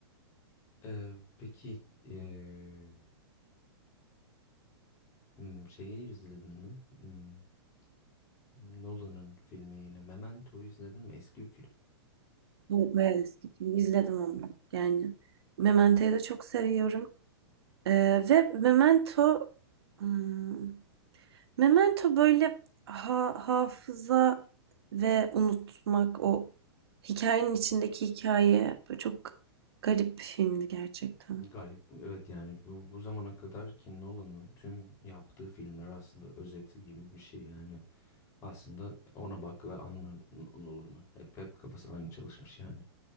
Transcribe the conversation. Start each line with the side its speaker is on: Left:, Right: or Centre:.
Left: Ee, peki ee, hmm, şeyi izledin mi? Hmm, Nolan'ın filmi yine Memento'yu izledin mi? Eski bir film.
Right: Bu bayağı eski film. İzledim onu. Yani Memento'yu da çok seviyorum. Ee, ve Memento hmm, Memento böyle ha hafıza ve unutmak o hikayenin içindeki hikaye böyle çok garip bir filmdi gerçekten.
Left: Garip. Evet yani bu, bu zamana kadar ki Nolan'ın tüm yaptığı filmler aslında özeti gibi bir şey. Yani aslında ona bak ve anla N- Nolan'ı. Hep hep kafası aynı çalışmış yani.